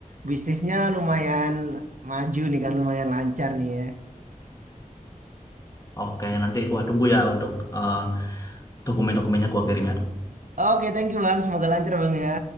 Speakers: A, on the right; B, on the left.
A: bisnisnya lumayan maju nih kan, lumayan lancar nih ya.
B: Oke, nanti gua tunggu ya untuk eh, dokumen-dokumennya gua kirim ya.
A: Oke, thank you bang. Semoga lancar bang ya.